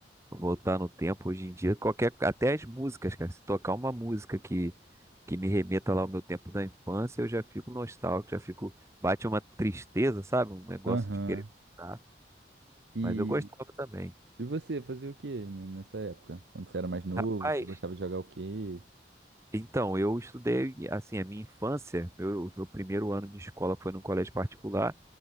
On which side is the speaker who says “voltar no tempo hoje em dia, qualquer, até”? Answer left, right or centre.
Right